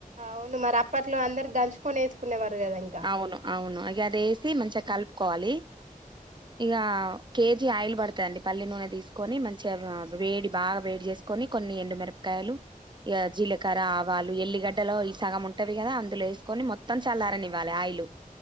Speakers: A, on the right; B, on the right.
A: అవును మరి అప్పట్లో అందరు దంచుకొని వేసుకునేవారు కదాండి
B: అవును అవును అగే అది వేసి మంచిగా కలుపుకోవాలి ఇక కేజీ ఆయిల్ పడుతదండి పల్లె నూనె తీసుకొని మంచిగా వేడి బాగా వేడి చేసి కొని కొన్ని ఎండు మిరపకాయలు ఇగ జీలకర్ర ఆవాలు ఎల్లిగడ్డలో ఈ సగం ఉంటావి కదా అందులో వేసుకొని మొత్తం చల్లారనివ్ ఇవ్వాలి ఆయిలు